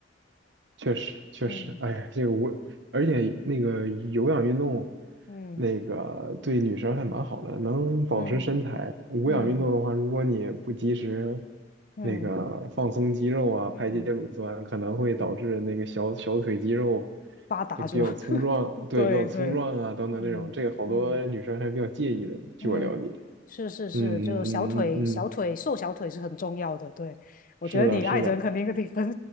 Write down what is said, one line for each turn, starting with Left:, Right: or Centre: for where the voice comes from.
Right: 确实，确实，
Left: 嗯
Right: 哎呀，这个我，而且那个有氧运动，
Left: 嗯
Right: 那个对女生还蛮好的，能保持身材。
Left: 嗯
Right: 无氧运动的话，
Left: 嗯
Right: 如果你不及时
Left: 嗯
Right: 那个放松肌肉啊，排解乳酸，
Left: 嗯
Right: 可能会导致那个小小腿肌肉
Left: 嗯，发达是吧？
Right: 这个比较粗壮，
Left: <laughs>
Right: 对，
Left: 对对，
Right: 比较粗壮啊等等这种，
Left: 嗯嗯。
Right: 这个好多女生还比较介意的，据我了解。
Left: 嗯，是是是，
Right: 嗯嗯嗯嗯嗯，
Left: 就小腿小腿瘦小腿是很重要的。
Right: 嗯
Left: 对，我觉得你爱人肯定跟你分
Right: 是的，是的。